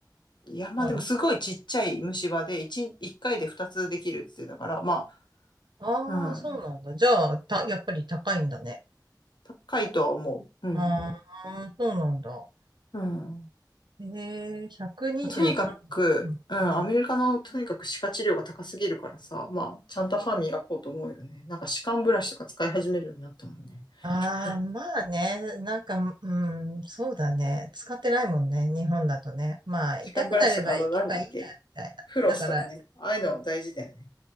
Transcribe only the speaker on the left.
いや、まあでもすごいちっちゃい虫歯で1、
1回で2つできるって言ってたから、ま
あ、
うん。
高いとは思う。うん。
うん。
とにかく、
うん、アメリカのとにかく歯科治療が高すぎるからさ、
まあ、ちゃんと歯磨こうと思うよね。なんか歯間ブラシとか使い始めるようになったもんね。
<laughs>
歯間ブラシとか、あの、なんだっけ。
フロスとかね。
ああいうの大事だよね。